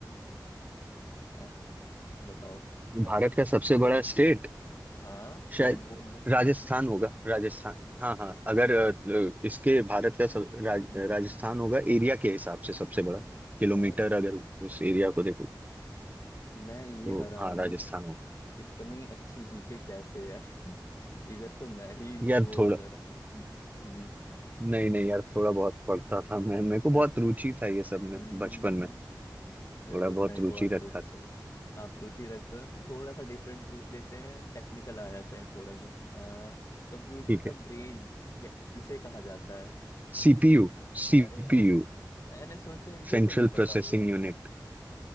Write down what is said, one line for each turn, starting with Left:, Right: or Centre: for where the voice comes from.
Left: एस बताओ
Right: भारत
Left: भारत
Right: का
Left: का सबसे
Right: सबसे बड़ा स्टेट
Left: हाँ स्टेट
Right: शायद
Left: बोल दो
Right: राजस्थान होगा राजस्थान
Left: अरे यार,
Right: हाँ
Left: मैं-
Right: हाँ अगर अ,
Left: आप
Right: अ, इसके भारत का सब, राज,
Left: हम्म,
Right: राजस्थान होगा एरिया के हिसाब से सबसे बड़ा
Left: हम्म,
Right: किलोमीटर
Left: यार
Right: अगर उस एरिया को देखो
Left: मैं ये
Right: तो
Left: हैरान
Right: हाँ राजस्थान
Left: हूँ
Right: होगा
Left: इतनी अच्छी जीके कैसे है <laughs> इधर तो मैं ही
Right: यार
Left: वो
Right: थोड़ा
Left: हो जा रहा हूँ <laughs> बीट
Right: नहीं नहीं यार थोड़ा बहुत पढ़ता था मैं मेरे को बहुत
Left: अच्छा
Right: रुचि था ये
Left: हम्म
Right: सब में बचपन
Left: हम्म,
Right: में
Left: हम्म। चलो
Right: थोड़ा
Left: मैं
Right: बहुत
Left: एक
Right: रुचि
Left: और पूछता
Right: रखा था
Left: हूँ आप रुचि रखते हो ना थोड़ा सा डिफरेंट पूछ लेते हैं टेक्निकल आ जाते हैं थोड़ा सा आ, कंप्यूटर
Right: ठीक
Left: का
Right: है
Left: ब्रेन क्या किसे कहा जाता है
Right: CPU CPU
Left: अरे यार मैंने सोचा ये
Right: central
Left: तो नहीं पता
Right: processing
Left: होगा
Right: unit
Left: <laughs>